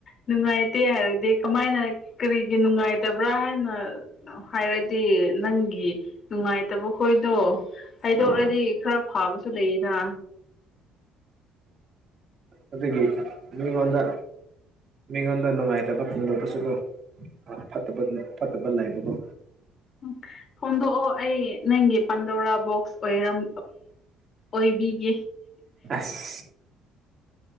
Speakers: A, on the left (about 45°); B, on the right (about 40°).
A: ꯅꯨꯡꯉꯥꯏꯇꯦ ꯍꯥꯏꯔꯗꯤ ꯀꯃꯥꯏꯅ ꯀꯔꯤꯒꯤ ꯅꯨꯡꯉꯥꯏꯇꯕ꯭ꯔꯥ ꯍꯥꯏꯅ ꯍꯥꯏꯔꯗꯤ ꯅꯪꯒꯤ ꯅꯨꯡꯉꯥꯏꯇꯕ ꯈꯣꯏꯗꯣ ꯍꯥꯏꯗꯣꯛꯔꯗꯤ
B: ꯑꯥ
A: ꯈꯔ ꯐꯥꯕꯁꯨ ꯂꯩꯌꯦꯅ
B: ꯑꯗꯨꯒꯤ ꯃꯤꯒꯣꯟꯗ ꯃꯤꯉꯣꯟꯗ ꯅꯨꯡꯉꯥꯏꯇꯕ ꯐꯣꯡꯗꯣꯛꯄꯁꯨ ꯀꯣ ꯐꯠꯇꯕ ꯐꯠꯇꯕ ꯂꯩꯕꯀꯣ
A: ꯎ ꯐꯣꯡꯗꯣꯛꯑꯣ ꯑꯩ ꯅꯪꯒꯤ ꯄꯥꯟꯗꯧꯔꯥ ꯕꯣꯛꯁ ꯑꯣꯏꯔꯝ ꯑꯣꯏꯕꯤꯒꯤ
B: ꯑꯁ